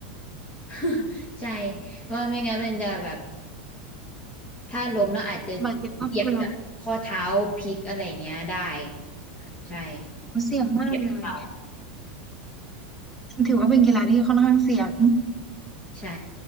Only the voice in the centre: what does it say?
บาดเจ็บข้อเสื่า
เสี่ยงมากเลย
ถือว่าเป็นกีฬาที่ค่อนข้างเสี่ยง